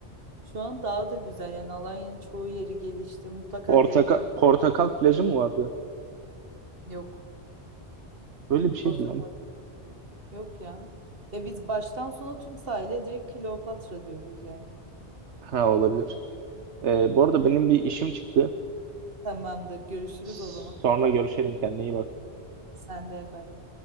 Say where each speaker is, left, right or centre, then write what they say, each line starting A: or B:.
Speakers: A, on the right; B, on the right.
A: Şu an daha da güzel yani Alanya'nın çoğu yeri gelişti. Mutlaka
B: Portakal,
A: gelip görmen.
B: Portakal plajı mı vardı?
A: Yok.
B: Böyle bir şeydi
A: Portakal
B: lan.
A: yok ya. Ya biz baştan sona tüm sahile direkt Kleopatra diyoruz yani.
B: Ha olabilir. E, bu arada
A: Evet.
B: benim bir işim çıktı.
A: Tamamdır. Görüşürüz
B: Sonra
A: o zaman.
B: görüşelim. Kendine iyi bak.
A: Sen de bay bay.